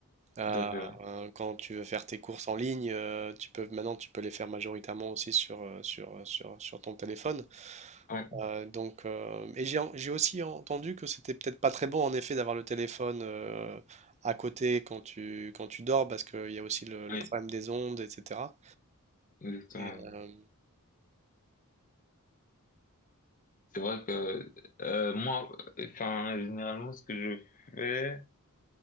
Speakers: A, on the right; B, on the left.
A: Euh,
B: tout à fait, ouais.
A: euh, quand tu veux faire tes courses en ligne, euh, tu peux, maintenant, tu peux les faire majoritairement aussi sur, euh, sur, sur, sur ton téléphone.
B: Ouais,
A: Euh, donc, euh, et j'ai en- j'ai aussi entendu que c'était peut-être pas très bon en effet d'avoir le téléphone euh, à côté quand tu, quand tu dors parce qu'il y a aussi le, le
B: oui,
A: problème des ondes, etc.
B: exactement.
A: Et, euh,
B: oui. C'est vrai que, euh, moi, enfin, généralement, ce que je fais,